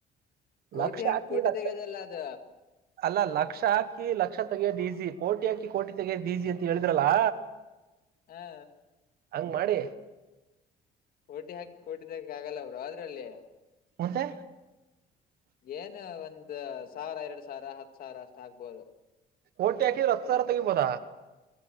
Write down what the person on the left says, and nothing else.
ಕೋಟಿ
ಹಾಕಿ ಕೋಟಿ
ತೆಗೋದಲ್ಲ ಅದ
ಹಾ
ಕೋಟಿ ಹಾಕಿ ಕೋಟಿಿದಕೆ ಆಗಲ್ಲ ಅವರು ಅದ್ರಲ್ಲಿ
ಏನು ಒಂದ ಸಾವಿರ ಎರಡು ಸಾವಿರ ಹತ್ತು ಸಾವಿರ ಅಷ್ಟ ಆಗ್ಬೋದು